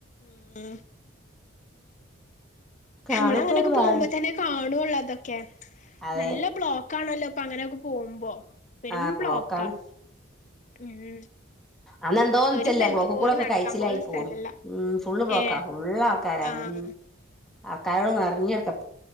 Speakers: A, on the left; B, in the centre.
A: ഉം
B: കാണുമ്പോ
A: നമ്മളങ്ങനൊക്കെ
B: ഒരു നാണി
A: പോവുമ്പ തന്നെ. കാണൊള്ളു അതൊക്കെ
B: അതെ
A: നല്ല ബ്ലോക്കാണല്ലോപ്പങ്ങനെയൊക്കെ പോകുമ്പൊ. പെരും
B: ആ
A: ബ്ലോക്കാ
B: ബ്ലോക്കാണ്
A: ഉം.
B: അന്നെന്തോ ന്നിച്ചല്ല
A: ഒരു സ്ഥലത്ത്
B: ബ്ലോക്ക്
A: പോലും
B: കൂടെക്കെ
A: നടക്കാൻ
B: കയ്ച്ചിലായി
A: പോലും സ്ഥലല്ല
B: പോന്നു ഉം ഫുള്ള് ബ്ലോക്കാ
A: ഏ
B: ഫുള്ളാക്കാര
A: ആഹ്
B: ഉം. ആൾക്കാരൊ നെർഞ്ഞെട്ക്കം.